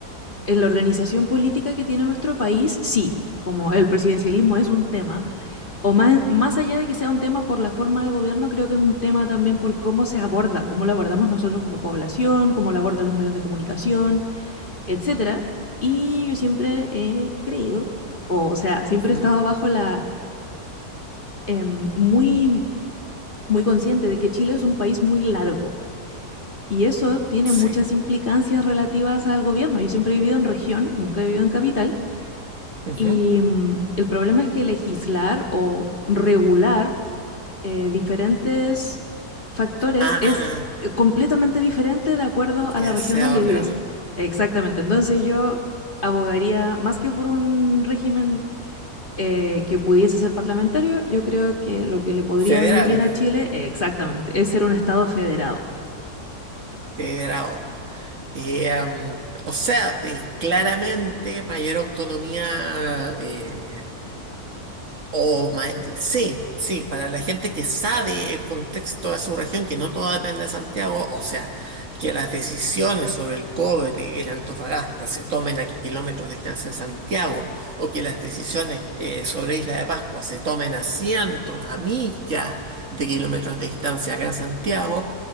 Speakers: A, on the left (about 35°); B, on the right (about 55°).
A: en la organización política que tiene nuestro país, sí, como el presidencialismo es un tema, o más, más allá de que sea un tema por la forma de gobierno, creo que es un tema también por cómo se aborda, cómo lo abordamos nosotros como población, cómo lo abordan los medios de comunicación, etcétera. Y yo siempre he creído, o, o sea, siempre
B: ujú,
A: he estado bajo la eh, muy muy consciente de que Chile es un país muy largo y eso tiene
B: sí.
A: muchas implicancias relativas al gobierno. Yo siempre he vivido en región, nunca he vivido en capital,
B: ujú.
A: Y mm, el problema es que legislar o regular eh, diferentes factores
B: Ah,
A: es eh, completamente diferente de acuerdo a
B: ya
A: la región
B: sé
A: donde
B: a dónde
A: vives.
B: vas.
A: Exactamente. Entonces yo abogaría más que por un régimen eh, que pudiese ser parlamentario, yo creo que lo que le podría
B: Federal,
A: venir bien a Chile, eh, exactamente, es ser un Estado federado.
B: federado. Eh, um, o sea, eh, claramente mayor autonomía eh, O ma- sí, sí, para la gente que sabe el contexto de su región, que no todo depende de Santiago, o sea, que las decisiones sobre el cobre en Antofagasta se tomen a kilómetros de distancia en Santiago, o que las decisiones eh, sobre Isla de Pascua se tomen a cientos, a millas de kilómetros de distancia acá en Santiago,